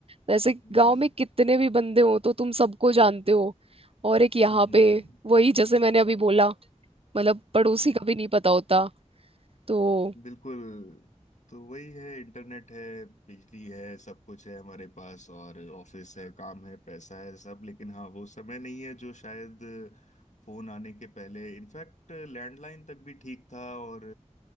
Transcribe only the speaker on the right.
वैसे गांव
में कितने भी बंदे हो तो तुम सबको जानते हो और एक यहाँ
पे
वही जैसे मैंने अभी बोला मतलब पड़ोसी
का भी नहीं पता होता तो